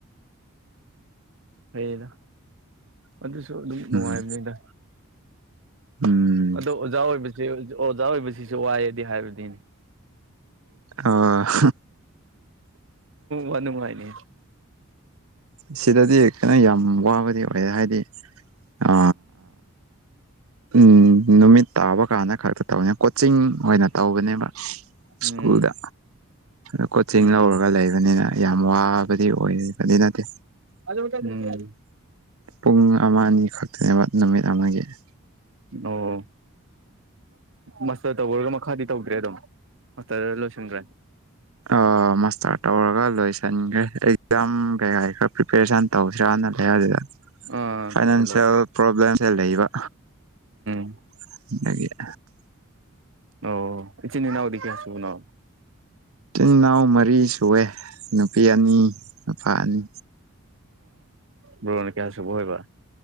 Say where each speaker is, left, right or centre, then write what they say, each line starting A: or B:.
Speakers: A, on the right; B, on the right.
A: ꯍꯅ ꯑꯗꯨꯁꯨ ꯑꯗꯨꯝ ꯅꯨꯡꯉꯥꯏꯕꯅꯤꯗ
B: ꯎꯝ ꯎꯝ
A: ꯑꯣꯖꯥꯎꯕꯣꯏ ꯁꯤ ꯑꯣꯖꯕꯣꯏ ꯁꯤ ꯁꯨ ꯋꯥꯏꯑꯗꯤ ꯍꯥꯏꯕꯗꯤꯅꯤ
B: ꯈꯔ
A: ꯋꯥ ꯅꯨꯡꯉꯥꯏꯅꯦ
B: ꯁꯤꯗꯗꯤ ꯀꯩꯅꯣ ꯌꯥꯝ ꯋꯥꯕꯗꯤ ꯍꯥꯏꯗꯤ ꯑ ꯎꯝ ꯅꯨꯃꯤꯠ ꯇꯥꯕ ꯀꯥꯟꯗ ꯈꯛꯇ ꯇꯧꯅꯤ ꯀꯣꯆꯤꯡ ꯑꯣꯏꯅ ꯇꯧꯕꯅꯦꯕ
A: ꯎꯝ
B: ꯁ꯭ꯀꯨꯜꯗ ꯑ ꯀꯣꯆꯤꯡ
A: ꯎꯝ
B: ꯂꯧꯔꯒ ꯂꯩꯕꯅꯤꯅ ꯌꯥꯝ ꯋꯥꯕꯗꯤ ꯑꯣꯏ ꯑꯗꯨꯗꯤ ꯅꯠꯇꯦ
A: ꯎꯝ
B: ꯄꯨꯡ ꯑꯃ ꯑꯅꯤ ꯈꯛꯇꯅꯦꯕ ꯅꯨꯃꯤꯠ ꯑꯃꯒꯤꯒꯤ
A: ꯑꯣ ꯃꯥꯁꯇꯔ ꯇꯧꯕꯔꯒ ꯃꯈꯥꯗꯤ ꯇꯧꯗ꯭ꯔꯦ ꯑꯗꯨꯝ ꯃꯥꯁꯇꯔꯗ ꯂꯣꯏꯁꯤꯟꯈ꯭ꯔꯦ
B: ꯑ ꯃꯥꯁꯇꯔ ꯇꯧꯔꯒ ꯂꯣꯏꯁꯟꯒꯦ ꯑꯦꯛꯖꯥꯝ ꯀꯩꯀꯥꯏ ꯈꯔ ꯄ꯭ꯔꯤꯄꯦꯔꯦꯁꯟ ꯇꯧꯁꯤꯔꯥꯅ ꯂꯩ ꯑꯗꯨꯗ
A: ꯑꯥ
B: ꯐꯥꯏꯅꯥꯟꯁꯤꯜ
A: ꯇꯧꯁꯜꯂꯣ
B: ꯄꯣꯕꯂꯦꯝꯝꯁꯦ ꯂꯩ ꯏꯕ
A: ꯎꯝ
B: <unintelligible>
A: ꯑꯣ ꯏꯆꯤꯟꯅꯤ ꯏꯅꯥꯎꯔꯤ ꯀ ꯍꯥꯁꯨꯕꯅꯣ
B: ꯇꯤ ꯏꯅꯥꯎ ꯃꯔꯤ ꯑꯩ ꯁꯑꯦ ꯅꯨꯄꯤ ꯑꯅꯤ ꯅꯨꯄꯥ ꯑꯅꯤ
A: ꯑ ꯭ꯔꯅꯤ ꯀꯦ ꯍꯥꯏꯁꯨꯕꯍꯣꯏꯕ